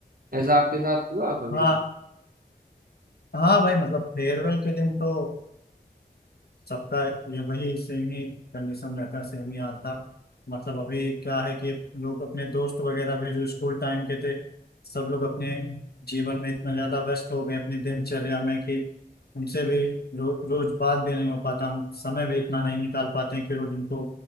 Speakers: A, on the right; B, on the left.
A: ऐसा आपके साथ हुआ कभी
B: हाँ हाँ भाई मतलब फेयरवेल के दिन तो सबका ये वही सेम ही कंडीशन रहता है सेम ही हाल था मतलब अभी क्या है कि लोग अपने दोस्त वगैरह भी जो स्कूल टाइम के थे सब लोग अपने जीवन में इतना ज्यादा व्यस्त हो गए अपनी दिनचर्या में कि उनसे भी रो, रोज बात भी नहीं हो पाता हम समय भी इतना नहीं निकाल पाते हैं कि रोज उनको